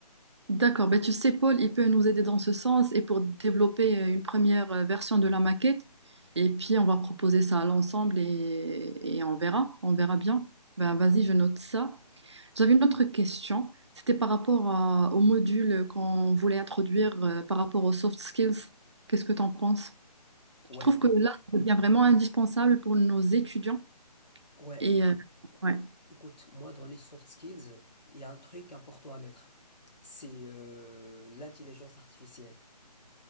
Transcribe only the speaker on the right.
D'accord, ben tu sais, Paul, il peut nous aider dans ce sens et pour développer euh, une première euh, version de la maquette. Et puis, on va proposer ça à l'ensemble et, et on verra, on verra bien. Ben, vas-y, je note ça. J'avais une autre question. C'était par rapport à- au module qu'on voulait introduire euh, par rapport aux soft skills. Qu'est-ce que tu en penses?
Je trouve que là, ça devient vraiment indispensable pour nos étudiants.
Et
euh, ouais,